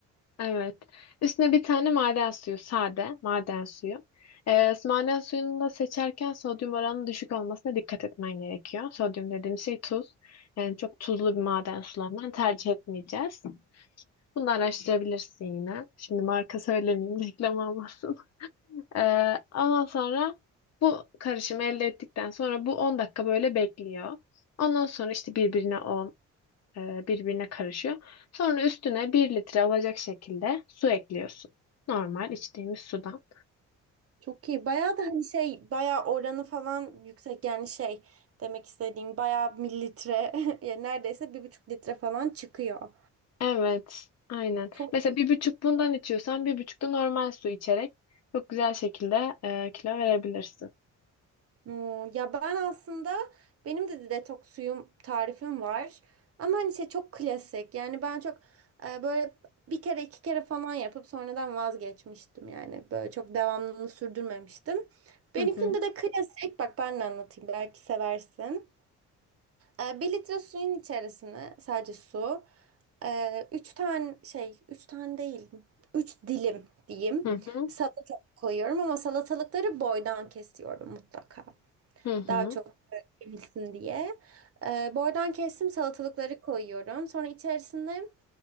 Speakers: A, on the left (about 60°); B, on the right (about 50°).
A: evet. Üstüne bir tane maden suyu, sade maden suyu. Eee, maden suyunu da seçerken sodyum oranının düşük olmasına dikkat etmen gerekiyor. Sodyum dediğim şey tuz. Yani çok tuzlu bir maden sularından tercih etmeyeceğiz. Bunu da araştırabilirsin yine. Şimdi marka söylemeyeyim, reklam olmasın. <laughs> Ee, ondan sonra bu karışımı elde ettikten sonra bu 10 dakika böyle bekliyor. Ondan sonra işte birbirine on, e, birbirine karışıyor. Sonra üstüne 1 litre olacak şekilde su ekliyorsun. Normal içtiğimiz sudan.
B: Çok iyi. Bayağı da hani şey bayağı oranı falan yüksek yani şey demek istediğim bayağı mililitre <laughs> yani neredeyse bir buçuk litre falan çıkıyor.
A: Evet, aynen.
B: Çok
A: Mesela
B: iyi.
A: bir buçuk bundan içiyorsan bir buçuk da normal su içerek çok güzel şekilde e, kilo verebilirsin.
B: Hmm, Ya ben aslında benim de detoks suyum tarifim var. Ama hani şey çok klasik. Yani ben çok e, böyle bir kere iki kere falan yapıp sonradan vazgeçmiştim. Yani böyle çok devamlılığını sürdürmemiştim. Benimkinde
A: Hı hı.
B: de klasik. Bak ben de anlatayım belki seversin. Ee, bir litre suyun içerisine sadece su. Ee, üç tane şey, üç tane değil, üç dilim diyeyim.
A: Hı hı.
B: Salatalık koyuyorum ama salatalıkları boydan kesiyorum mutlaka.
A: Hı hı.
B: Daha çok emilsin diye. Ee, boydan kestim salatalıkları koyuyorum. Sonra içerisine